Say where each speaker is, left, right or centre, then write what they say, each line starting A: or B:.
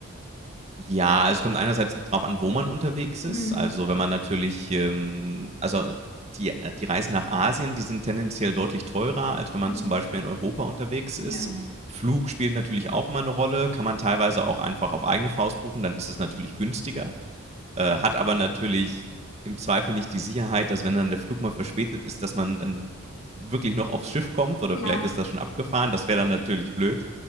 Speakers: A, on the right; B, on the left.
A: Ja, also es kommt einerseits darauf an, wo man unterwegs ist.
B: Hm.
A: Also, wenn man natürlich, ähm also die die Reisen nach Asien, die sind tendenziell deutlich teurer, als wenn
B: Hm.
A: man zum Beispiel in Europa unterwegs ist.
B: Ja,
A: Flug spielt natürlich auch immer eine Rolle, kann man teilweise auch einfach auf eigene Faust buchen, dann ist das natürlich günstiger, äh, hat aber natürlich im Zweifel nicht die Sicherheit, dass wenn dann der Flug mal verspätet ist, dass man dann wirklich noch aufs Schiff kommt oder
B: ja,
A: vielleicht ist das schon abgefahren. Das wäre dann natürlich blöd.